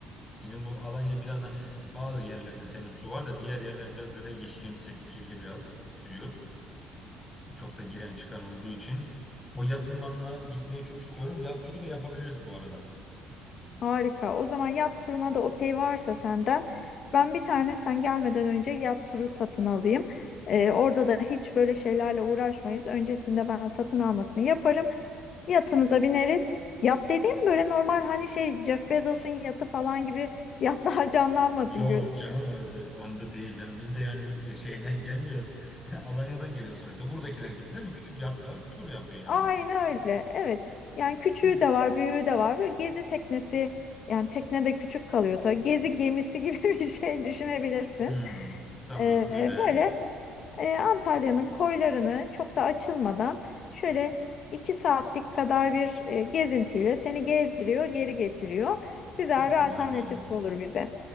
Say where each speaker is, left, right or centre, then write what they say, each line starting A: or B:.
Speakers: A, on the left; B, on the left.
A: Bizim bu Alanya biraz hani bazı yerlerde temiz su var da diğer yerler biraz böyle yeşilimsi, kirli biraz suyu. E, çok da giren çıkan olduğu için. O yat limanına gitmeyi çok istiyorum. Yat turu da yapabiliriz bu arada.
B: Harika. O zaman yat turuna da okey varsa senden ben bir tane sen gelmeden önce yat turu satın alayım. Ee, orada da hiç böyle şeylerle uğraşmayız. Öncesinde ben satın almasını yaparım. Yatımıza bineriz. Yat dediğim böyle normal hani şey Jeff Bezos'un yatı falan gibi yatlar <laughs> canlanmasın
A: Yok canım o- e, onda değil canım. Biz de yani e, şeyden gelmiyoruz. <laughs> Alanya'dan geliyor sonuçta. Buradakiler gibi değil mi? Küçük yatlar tur yapıyor yani.
B: Aynen öyle. Evet. Yani küçüğü
A: Hmm.
B: de var, büyüğü de var. Böyle gezi teknesi yani tekne de küçük kalıyor tabii. Gezi gemisi gibi <laughs> bir şey düşünebilirsin.
A: Hmm, Tamam
B: Ee,
A: güzel.
B: böyle e, Antalya'nın koylarını çok da açılmadan şöyle iki saatlik kadar bir e, gezintiyle seni gezdiriyor, geri getiriyor. Güzel
A: Çok
B: bir
A: güzel
B: alternatif
A: olur.
B: olur bize.